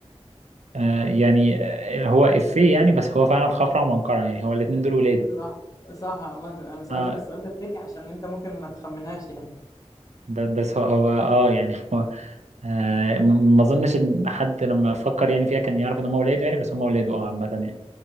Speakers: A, on the right; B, on the left.
A: آه يعني آه هو افيه يعني بس هو فعلا خفرع ومنقرع يعني هو الاتنين دول ولاده
B: صح صح عامة انا سألتك
A: اه
B: السؤال ده تريكي عشان انت ممكن ما تخمنهاش يعني
A: ب- بس هو هو اه يعني <laughs> آه، م- ما اظنش ان حد لما فكر يعني فيها كان يعرف ان هم ولاده يعني بس هم ولاده اه عامه يعني